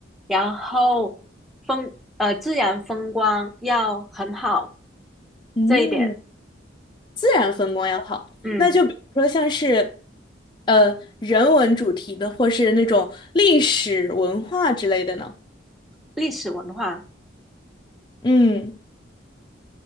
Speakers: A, in the centre; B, on the left.
A: 然后风呃自然风光要很好
B: 嗯，
A: 这一点，
B: 自然风光要好，
A: 嗯，
B: 那就比如说像是，呃，人文主题的，或是那种历史文化之类的呢？
A: 历史文化
B: 嗯。